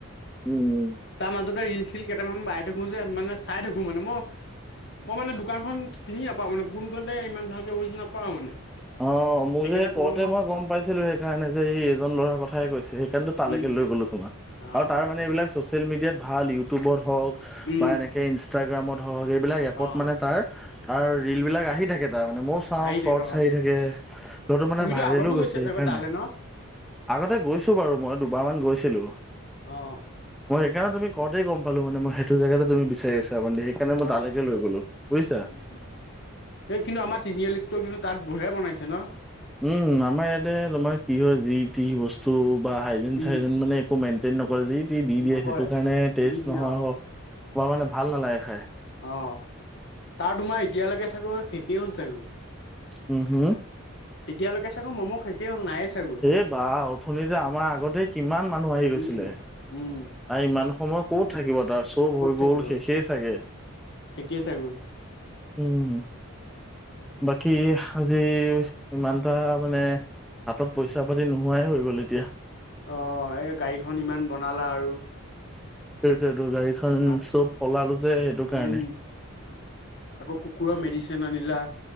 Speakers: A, in the centre; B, on the left (about 50°).
A: উম।
B: তাৰ মাজতে ৰিল চিল কেইটামান বাই থাকো যে মানে চাই থাকো মানে মই মই মানে দোকানখন চিনি নাপাও মানে কোন কণতে ইমান ভালকে বুজি নাপাও মানে।
A: অ মোক
B: সেইকাৰণে
A: যে
B: তোমাক
A: কওঁতে মই গম পাইছিলো সেইকাৰণে যে এই এজন ল'ৰাৰ কথাই কৈছে। সিকৰণেটো তালৈকে
B: উম
A: লৈ গলো তোমাৰ
B: অ
A: আৰু তাৰ মানে এইবিলাক ছ'চিয়েল মিডিয়াত ভাল ইউটিউবত হওক
B: উম
A: বা এনেকৈ ইনষ্টাগ্ৰামত হওক এইবিলাক এপত
B: অ
A: মানে তাৰ তাৰ ৰিল বিলাক আহি থাকে তাৰ মানে ময়ো চাওঁ
B: আহি
A: চৰ্টচ
B: থাকে
A: চাৰি
B: অ
A: থাকে লৰাটো মানে
B: তুমিতো
A: ভাইৰেলো
B: আগতো
A: হৈছে
B: গৈছা
A: সেইকাৰণে।
B: চাগৈ তালৈ ন
A: আগতে গৈছোঁ বাৰু মই দুবাৰমান গৈছিলোঁ।
B: অ।
A: মই সেইকাৰণে তুমি কওঁতে গম পালো মানে মই এইটো জেগাতে
B: উম
A: তুমি বিচাৰি আছা মানে সেইকাৰণে
B: অ
A: মই তালৈকে লৈ গলোঁ বুজিছা।
B: উম এই কিন্তু আমাৰ তিনিআলিত কিন্তু তাত বঢ়িয়া বনাইছে ন?
A: উম আমাৰ ইয়াতে তোমাৰ কি হয় যি টি বস্তু বা হাইজিন
B: উম,
A: চাইজিন মানে একো মেইনটেইন নক যি টি দি দিয়ে
B: নকৰে
A: সেইটো কাৰণে টেষ্ট
B: দি দিয়ে
A: নোহোৱা
B: অ'।
A: হল, খোৱা মানে ভাল নালাগে খাই।
B: অ তাৰ তোমাৰ এতিয়ালৈকে চাগৈ শেষেই হ'ল চাগৈ?
A: উম হুম।
B: এতিয়ালৈকে চাগে মমো খাই শেষে হ'ল নাইয়ে চাগৈ।
A: এই বা অথনি যে আমাৰ আগতে কিমান মানুহ আহি
B: উম,
A: গৈছিলে।
B: উম,
A: আৰু ইমান সময় ক'ত থাকিব তাৰছত চব
B: ক'ত
A: হৈ
B: থাকিব।
A: গ'ল
B: আৰু।
A: শেষেই চাগে।
B: শেষেই চাগৈ
A: উম বাকী আজি ইমানটা মানে তত পইচা পাতি নোহোৱাই হৈ গ'ল এতিয়া।
B: অ এই গাড়ীখন ইমান বনালা আৰু।
A: সেইটোৱেতো গাড়ীখন
B: উম,
A: চব সলালো যে সেইটো কাৰণে।
B: উম। উম আকৌ কুকুৰৰ মেডিচিন আনিলা।